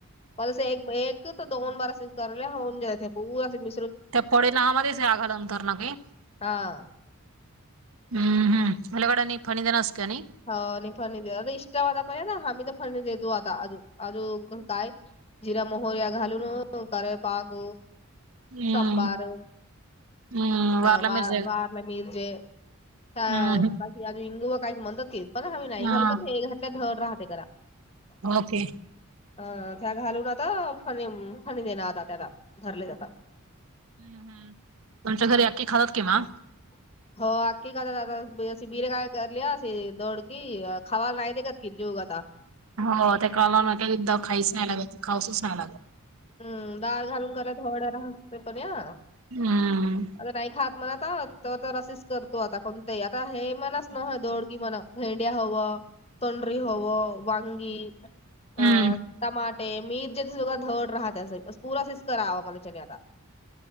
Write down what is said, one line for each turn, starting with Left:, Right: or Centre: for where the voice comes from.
Left: म अस एक तर दोन बार अस करले होऊन जा परा मि
Right: त्या पढ ना ह मध्येच आघालं नंतर ना की.
Left: हा
Right: हम् हम हलागड न पणीदा नासकाणी.
Left: ह आणि फर्णी आता इष्टाता पण ना आम्ही तर फर्णी देतो आता अज आजू काय. जिरा मोहर्या घालून कार पाक
Right: हम्म
Left: सांबार.
Right: हम्म
Left: आ
Right: वारला
Left: बा
Right: मिरज
Left: बारला मिरजे <unintelligible>
Right: हम्म हम्म
Left: अज हिंगू व काही म्हणत क पण आ्ही नाही
Right: हा
Left: घालू का हे घातल्या घर राहते करा.
Right: ओके
Left: अ त्या घालून आता फणी फणी देणं आता त्या रले जात.
Right: हम् हम् तुमच्या घरी आखातात किमा
Left: <inaudible> हो आखकी काता द अशी बिरे काय करली दौड कि खवा नाही दे कात कि जेऊ का आता.
Right: हो ते कला न एकदा खाईच नाही लागत खाऊसच नाही लागत.
Left: हम्म दळ घालून करायड राहते पण या.
Right: हम्म
Left: नाही खात म्हणा आ तर तर असच करतो आता कोणतही आता हे म्हणच न दोडगी म्हण. भेंड्या हवं तोंडरी हवं वांगी.
Right: हम्म
Left: अं टमाटे मिीर ज्या सा धड राहत अस पुरा शिच करावा मलाने आता.